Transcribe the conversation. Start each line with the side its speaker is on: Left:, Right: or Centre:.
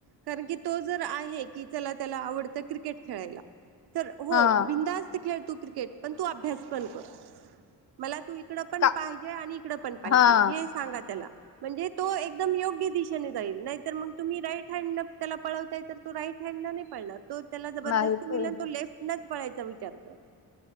Right: कारण की, तो जर आहे की चला त्याला आवडतं क्रिकेट खेळायला. तर हो
Left: हा
Right: बिंदास्त खेळ तू क्रिकेट पण तू अभ्यास पण कर. मला तू इकडं पण
Left: का
Right: पाहिजे आणि इकडं पण पाहिजे
Left: हा
Right: हे सांगा त्याला. म्हणजे तो एकदम योग्य दिशेने जाईल, नाहीतर मग तुम्ही राईट हँड, न त्याला पळवतायं तर तो राईट नाही पडणार तो त्याला जबरदस्ती
Left: नाही
Right: मिल
Left: पाहिजे.
Right: तो लेफ्ट नच पळायचा विचार कर.